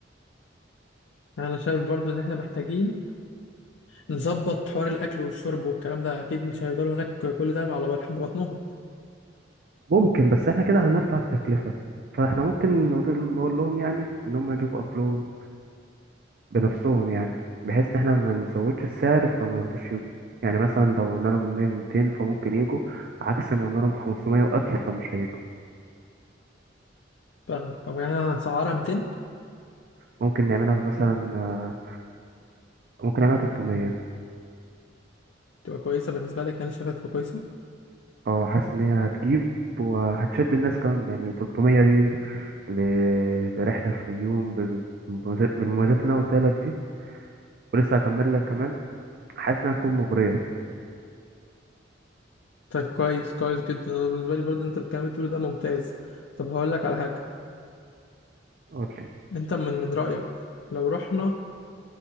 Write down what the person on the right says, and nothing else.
ممكن بس احنا كده هنرفع التكلفة فاحنا ممكن نقول نقول لهم يعني إن هم يجيبوا أكلهم بنفسهم يعني بحيث ان احنا ما نزودش السعر فما يرضوش يجوا يعني مثلا لو قلنا لهم ان هي 200 فممكن يجوا عكس ما قلنا لهم 500 واكل فمش هيجوا
ممكن نعملها مثلا آه، ممكن نعملها 300
اه حاسس ان هي هتجيب وهتشد الناس كمان يعني 300 دي ل- لرحلة الفيوم ب- بمميزات- بالمميزات اللي انا قلتها لك دي ولسه هكمل لك كمان حاسس انها تكون مغرية
قول لي